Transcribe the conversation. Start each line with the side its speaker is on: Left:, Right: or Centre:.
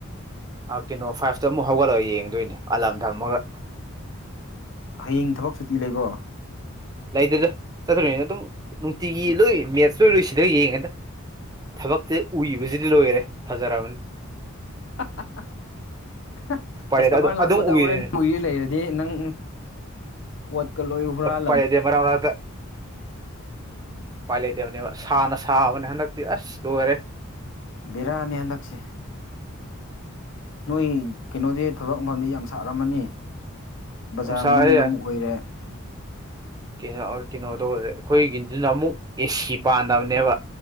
Right: ꯀꯩꯅꯣ ꯐꯥꯏꯚꯇ ꯑꯃꯨꯛ ꯍꯧꯒꯠꯂꯒ ꯌꯦꯡꯗꯣꯏꯅꯦ ꯑꯥꯂꯥꯝ ꯊꯝꯃꯒ
Left: ꯍꯌꯦꯡ ꯊꯕꯛ ꯁꯨꯇꯤ ꯂꯩꯕ꯭ꯔꯣ
Right: ꯂꯩꯇꯦꯗ ꯆꯠꯇꯣꯢꯅꯤꯗ ꯑꯗꯨꯝ ꯅꯨꯡꯇꯤꯒꯤ ꯂꯣꯏ ꯃꯦꯠꯁ ꯂꯣꯏ ꯌꯦꯡꯉꯦꯗ ꯁꯤꯗ ꯊꯕꯛꯇꯤ ꯎꯏꯕꯁꯤꯗꯤ ꯂꯣꯏꯔꯦ ꯐꯖꯔꯕꯅꯤ
Left: <unintelligible>
Right: ꯎꯄꯥꯏ
Left: ꯀꯁꯇꯃꯔ
Right: ꯂꯩꯇꯦ ꯑꯗꯨꯝ
Left: ꯂꯥꯛꯄꯗ
Right: ꯑꯗꯨꯝ ꯎꯏꯔꯤꯅꯦ
Left: ꯍꯣꯔꯦꯟ ꯎꯏꯔ ꯂꯩꯔꯗꯤ ꯅꯪ ꯄꯣꯠ ꯀ ꯂꯣꯍꯤ ꯍꯔꯥ
Right: ꯄꯂꯦꯗꯤ ꯃꯔꯅꯗ ꯎꯄꯥꯏ ꯂꯩꯇꯕꯅꯦꯕ ꯁꯥꯅ ꯁꯥꯕꯅꯦ ꯍꯟꯗꯛꯇꯤ ꯑꯁ ꯂꯣꯏꯔꯦ
Left: ꯕꯤꯔꯥꯅꯤ ꯍꯟꯗꯛꯁꯦ ꯅꯣꯏ ꯀꯩꯅꯣꯗꯤ ꯊꯕꯛ ꯃꯐꯝꯗꯤ ꯌꯥꯝ ꯁꯥꯔꯝꯃꯅꯤ ꯕꯖꯥꯔ
Right: ꯌꯥꯝ ꯁꯥꯏꯌꯦ
Left: ꯃꯅꯨꯡꯗ ꯑꯃꯨꯛ ꯑꯣꯏꯔꯦ
Right: ꯀꯩꯅꯣ ꯀꯩꯅꯣ ꯇꯧꯕꯦ ꯑꯩꯈꯣꯏꯒꯤꯁꯤꯅ ꯑꯃꯨꯛ ꯑꯦꯁꯤ ꯄꯥꯟꯗꯕꯅꯦꯕ